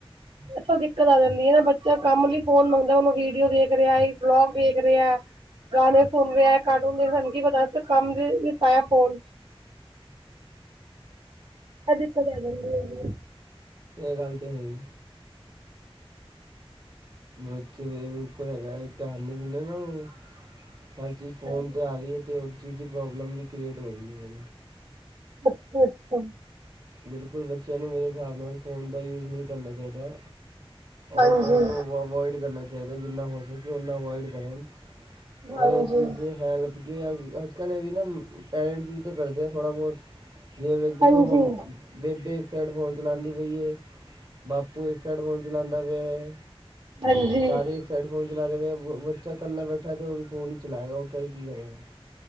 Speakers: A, on the right (about 65°); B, on the right (about 45°).
A: ਇਥੋ ਦਿੱਕਤ ਆ ਜਾਂਦੀ ਨਾਂ ਬੱਚਾ ਕੰਮ ਲਈ ਫੋਨ ਮੰਗਦਾ ਉਹਨੂੰ ਵੀਡੀਓ ਦੇਖ ਰਿਹਾ, ਵਲੋਗ ਦੇਖ ਰਿਹਾ। ਗਾਣੇ ਸੁਣ ਰਿਹਾ ਕਾਰਟੂਨ ਦੇਖ ਰਿਹਾ ਸਾਨੂੰ ਕੀ ਪਤਾ ਅਸੀਂ ਤਾਂ ਕੰਮ ਲਈ ਫ ਹੈ ਫੋਨ ਆ ਦਿਕਤ ਜਾਂਦੀ ਹੈਗੇ ਆ।
B: ਏ ਗੱਲ ਤੇ ਹੈ ਈ। ਉੱਥੇੇ ਕੋਲ ਹੈਗਾ ਧਿਆਨ ਨਹੀਂ ਦਿੰਦੇ ਨਾ ਉਹ ਹਰ ਚੀਜ਼ ਫੋਨ
A: ਹਾਂਜੀ
B: 'ਤੇ ਆ ਰਹੀ ਹੈ ਤੇ ਉਹ ਚੀਜ਼ ਦੀ ਪ੍ਰੋਬਲਮ ਵੀ ਕ੍ਰੀਏਟ ਹੋ ਰਹੀ ਹੈ।
A: ਅੱਛਾ-ਅੱਛਾ
B: ਬਿਲਕੁਲ ਬੱਚਿਆਂ ਨੂੰ ਮੇਰੇ ਹਿਸਾਬ ਨਾਲ ਫ਼ੋਨ ਦਾ ਯੂਜ ਨਹੀਂ ਕਰਨਾ ਚਾਹੀਦਾ। ਔਰ
A: ਹਾਂਜੀ
B: ਫੋਨ ਨੂੰ ਅਵੋਇਡ ਕਰਨਾ ਚਾਹੀਦਾ। ਜਿੰਨਾਂ ਹੋ ਸਕੇ ਉਨਾ ਅਵਇਡ ਕਰਨ। ਉਹ
A: ਹਾਂਜੀ
B: ਇਹ ਚੀਜ਼ ਹੈਲਪ ਕਿ ਅੱਜ-ਕੱਲ੍ਹ ਇਹ ਵੀ ਨਾਂ ਪੈਰੈਂਟਸ ਵੀ ਤਾਂ ਕਰਦੇ ਆ ਥੋੜਾ ਬਹੁਤ ਜੇ ਵੇਖਦੇ
A: ਹਾਂਜੀ
B: ਹੋ ਮ- ਬੇਬੇ ਇੱਕ ਸਾਈਡ ਫੋਨ ਚਲਉਦੀ ਪਈ ਹੈ। ਬਾਪੂ ਇੱਕ ਸਾਈਡ ਫੋਨ ਚਲਉਦਾ ਪਿਆ।
A: ਹਾਂਜੀ
B: ਸਾਰੇ ਸਾਰੇ ਫੋਨ ਚਲਾ ਰਹੇ ਹੋ ਬੱਚਾ ਇਕੱਲਾ ਬੈਠਾ ਤਾਂ ਉਹ ਵੀ ਫੋਨ ਹੀ ਚਲਾਏਗਾ ਉਹ ਕ ਵੀ ਕੀ ਕਰੇਗਾ।